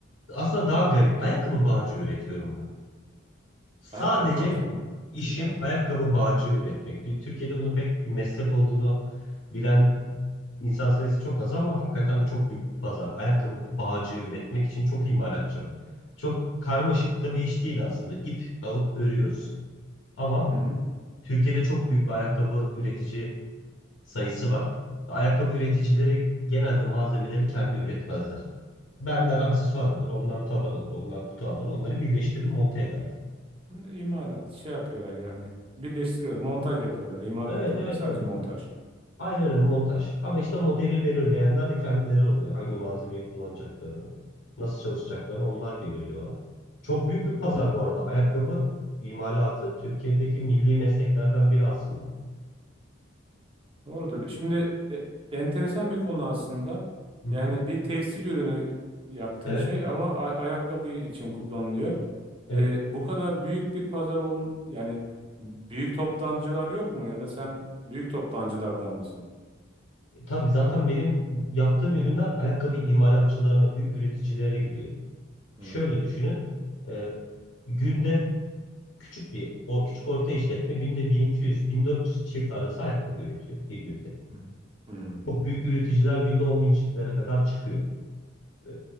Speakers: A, on the left; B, on the right.
A: Aslında daha garip. Ayakkabı bağcı üretiyorum ben. Sadece
B: Ayakkabı bağcığı mı?
A: işim
B: Süper.
A: ayakkabı bağcı üretmek. Türkiye'de bunu pek bir meslek olduğunu bilen insan sayısı çok az ama hakikaten bu çok büyük bir pazar. Ayakkabı bağcı üretmek için çok imalatçı var. Çok karmaşık da bir iş değil aslında. İp alıp örüyoruz. Ama
B: Hı hı.
A: Türkiye'de çok büyük bir ayakkabı üretici sayısı var. Ayakkabı üreticileri genelde malzemeleri kendi üretmezler. Benden aksesuar alır, ondan taban alır, ondan kutu alır. Onları birleştirir, monte ederler.
B: Hı, İmalat, şey yapıyorlar yani. Birleştiriyorlar, montaj yapıyorlar. İmalat
A: Evet,
B: da
A: evet,
B: değil, sadece
A: evet.
B: montaj.
A: Aynen öyle montaj. Ama işte modeli belirleyenler de kendileri oluyor. Hangi malzemeyi kullanacaklarını, nasıl çalışacaklarını onlar belirliyorlar. Çok büyük bir pazar bu arada. Ayakkabı imalatı Türkiye'deki milli mesleklerden biri aslında.
B: Doğrudur. Şimdi e, enteresan bir konu aslında.
A: Hı hı.
B: Yani bir tekstil ürünü yaptığın
A: Evet,
B: şey ama a- ayakkabı için kullanılıyor.
A: evet.
B: E, bu kadar büyük bir pazar ol yani büyük toptancılar yok mu ya da sen büyük toptancılardan mısın?
A: E, tabii zaten benim yaptığım ürünler ayakkabı imalatçılarına, büyük üreticilere gidiyor.
B: Hmm.
A: Şöyle düşünün. e, günde küçük bir o küçük orta işletme günde 1200-1400 çift arası ayakkabı üretiyor bir günde.
B: Hmm. Hmm.
A: O büyük üreticiler günde 10.000 çiftlere kadar çıkıyor. E,